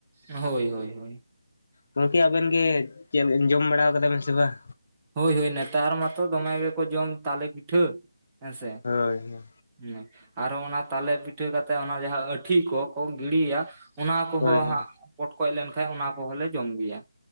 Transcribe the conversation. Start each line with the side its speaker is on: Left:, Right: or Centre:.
Right: ᱦᱳᱭ ᱦᱳᱭ ᱦᱳᱭ
Left: ᱜᱚᱢᱠᱮ ᱟᱵᱮᱱ ᱜᱮ ᱪᱮᱫ ᱡᱚᱢ ᱵᱟᱲᱟ ᱠᱟᱫᱟᱵᱮᱱ ᱥᱮ ᱵᱟᱝ?
Right: ᱦᱳᱭ ᱦᱳᱭ ᱱᱮᱛᱟᱨ ᱢᱟᱛᱚ ᱫᱚᱢᱮ ᱜᱮᱠᱚ ᱡᱚᱢ ᱛᱟᱞᱮ ᱯᱤᱴᱷᱟᱹ ᱦᱮᱸᱥᱮᱼᱼ
Left: ᱦᱳᱭ ᱦᱳᱭ
Right: ᱦᱮᱸ ᱟᱨᱚ ᱚᱱᱟ ᱛᱟᱞᱮ ᱯᱤᱴᱷᱟᱹ ᱠᱟᱛᱮᱜ ᱚᱱᱟ ᱡᱟᱦᱟᱸ ᱟᱹᱴᱷᱤ ᱠᱚᱠᱚ ᱜᱤᱰᱤᱭᱟ᱾ ᱚᱱᱟ ᱠᱚᱦᱚᱸ
Left: ᱦᱳᱭ ᱦᱳᱭ
Right: ᱦᱟᱸᱜ ᱯᱚᱴᱠᱚᱡ ᱞᱮᱱᱠᱟᱱ ᱚᱱᱟ ᱠᱚᱦᱚᱸ ᱞᱮ ᱡᱚᱢ ᱜᱮᱭᱟ